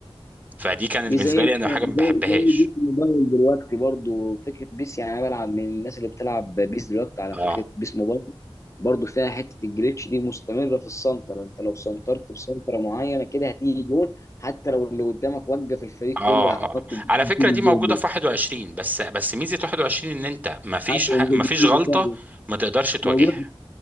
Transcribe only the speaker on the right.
فدي كانت
بالنسبه
لي انا حاجه
ما بحبهاش
اه
اه
اه
على فكره
دي موجوده
في 21 بس بس ميزه 21 ان انت ما فيش
ح...
ما فيش غلطه
ما تقدرش تواجهها